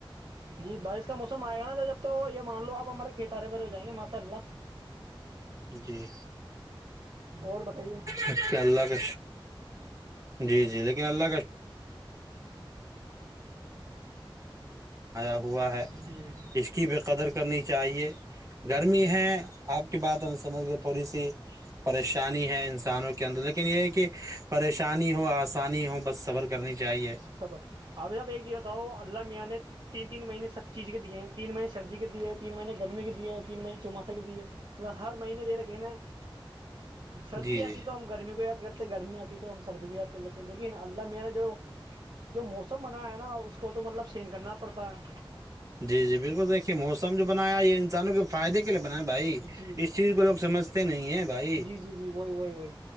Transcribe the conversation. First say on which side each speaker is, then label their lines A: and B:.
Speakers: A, on the right; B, on the right.
A: جی بارش کا موسم آئے گا نا جب تو یہ مان لو آپ ہمارے کھیت ہرے بھرے ہو جائیں گے ماشاء اللہ
B: جی
A: اور بتائیے
B: اچھا اللہ کا جی جی ل <unintelligible> ہوا ہے
A: جی
B: اس کی بے قدر کرنی چاہیے گرمی ہے آپ کی بات سمجھ گئے تھوڑی سی پریشانی ہے انسانوں کے اندر لیکن یہ ہے کہ پریشانی ہو آسانی ہو بس سبر کرنی چاہیے
A: خبر ابھی جب ایک یہ بتاؤ اللہ میاں نے تین تین مہینے سب چیز کے دیے ہیں تین مہینے سردی کے دیے تین مہینے گرمی کے دیے تین مہینے چووماسہ کے دیے م ہر مہینے دے رکھے نا سردی
B: جی
A: آتی
B: جی
A: ہے تو ہم گرمی کو یا کرتے گرمی آتی تو ہم سرد بھی یاد کر لیتے ہیں لیکن اللہ م نےا جو جو موسم بنایا ہے نا اس کو تو مطلب سین کرنا پڑتا ہے
B: جی جی بالکل دیکھیے موسم جو بنایا یہ انسانوں کے فائدے کے لیے بنا بھائی
A: جی جی
B: اس چیز کو لوگ سمجھتے نہیں ہے بھائی
A: جی جی وہی وہی وہی